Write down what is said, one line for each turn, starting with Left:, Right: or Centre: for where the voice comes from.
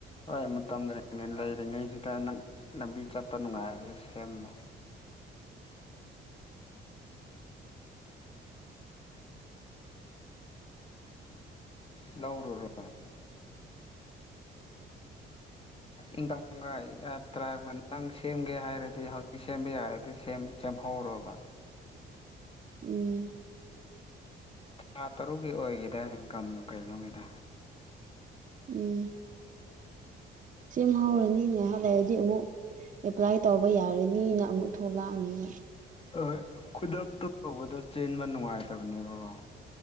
Left: ꯍꯣꯏ ꯃꯇꯝ ꯂꯩꯔꯤꯉꯩ ꯂꯩꯔꯤꯉꯩꯁꯤꯗ ꯅꯪ ꯂꯝꯕꯤ ꯆꯠꯄ ꯅꯨꯡꯉꯥꯏꯔꯗꯤ ꯁꯦꯝꯃꯣ ꯂꯧꯔꯨꯔꯣ
Right: <inaudible>
Left: ꯏꯟꯀꯝꯒ ꯇ꯭ꯔꯥꯏꯞꯒ ꯅꯪ ꯁꯦꯝꯒꯦ ꯍꯥꯏꯔꯗꯤ ꯍꯧꯖꯤꯛ ꯁꯦꯝꯕ ꯌꯥꯔꯗꯤ ꯁꯦꯝ ꯆꯦꯝꯍꯧꯔꯣꯕ
Right: ꯎꯝ
Left: ꯊꯥ ꯇꯔꯨꯛꯀꯤ ꯑꯣꯏꯒꯤꯗꯥꯏꯅꯦ ꯏꯟꯀꯝꯒ ꯀꯩ ꯅꯣꯒꯤꯗꯣ
Right: ꯎꯝ ꯁꯦꯝ ꯍꯧꯔꯅꯤꯅꯦ ꯉꯩꯍꯥꯛ ꯂꯩꯔꯗꯤ ꯑꯃꯨꯛ ꯑꯦꯄ꯭ꯂꯥꯏ ꯇꯧꯕ ꯌꯥꯔꯅꯤꯅ ꯑꯃꯨꯛ ꯊꯣꯛꯂꯛꯑꯅꯤꯕ
Left: ꯍꯣꯏ ꯈꯨꯗꯛꯇ ꯇꯧꯕꯗ ꯆꯦꯟꯕ ꯅꯨꯡꯉꯥꯏꯇꯕꯅꯦꯕꯀꯣ